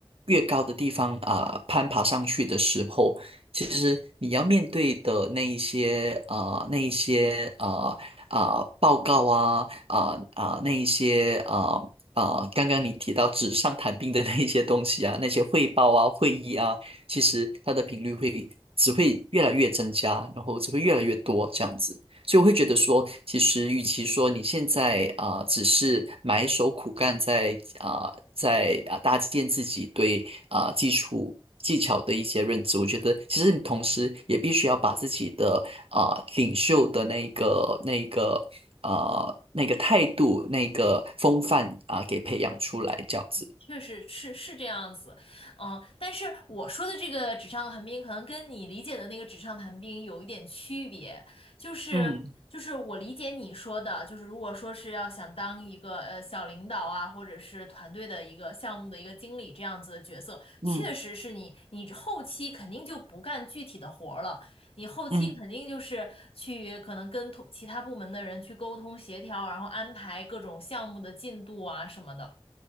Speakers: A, on the right; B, on the left.
A: 越高的地方啊攀爬上去的时候，其实你要面对的那一些啊那一些啊啊报告啊啊啊那一些啊啊刚刚你提到纸上谈兵的那一些东西啊，那些汇报啊会议啊。其实它的频率会只会越来越增加，然后只会越来越多这样子。所以我会觉得说，其实与其说你现在啊、呃只是埋首苦干在，啊在啊、搭建自己对啊、基础技巧的一些认知，我觉得其实你同时也必须要把自己的啊、领袖的那个那个啊那个态度那个风范啊、给培养出来，这样子。
B: 确实是是这样子，嗯，但是我说的这个纸上谈兵，可能跟你理解的那个纸上谈兵有一点区别，就是就是我理解你说的，
A: 嗯
B: 就是如果说是要想当一个呃小领导啊，或者是团队的一个项目的一个经理这样子的角色，
A: 嗯
B: 确实是你你后期肯定就不干具体的活儿了。你后期肯定就是去可能跟同其他部门的人去沟通协调，
A: 嗯
B: 然后安排各种项目的进度啊什么的。